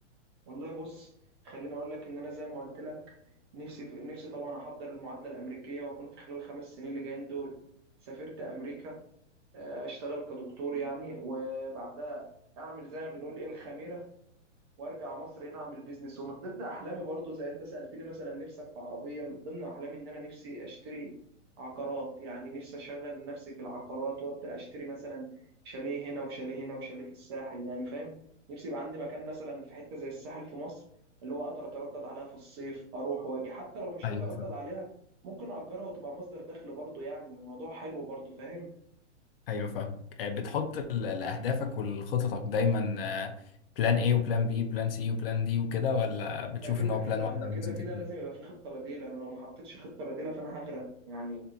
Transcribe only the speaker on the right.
والله بص خليني اقول لك ان انا زي ما قلت لك نفسي في... نفسي طبعا احضر المعادله الامريكيه واكون في خلال الخمس سنين اللي جايين دول سافرت امريكا آه، اشتغل كدكتور يعني وبعدها اعمل زي ما بنقول ايه الخميره وارجع مصر هنا اعمل بيزنس ومن ضمن احلامي برضو زي انت سالتني مثلا نفسك في عربيه من ضمن احلامي ان انا نفسي اشتري عقارات يعني نفسي اشغل نفسي في العقارات وابدا اشتري مثلا شاليه هنا وشاليه هنا وشاليه في الساحل يعني فاهم نفسي يبقى عندي مكان مثلا في حته زي الساحل في مصر اللي هو اقدر اتردد عليها في الصيف اروح واجي حتى لو مش
هتردد
عليها ممكن اجرها وتبقى مصدر دخل برضو يعني الموضوع حلو برضو فاهم
ده كده
كده
كده
كده
لازم يبقى في خطة بديلة أنا لو ما حطيتش خطة بديلة فأنا هغرق يعني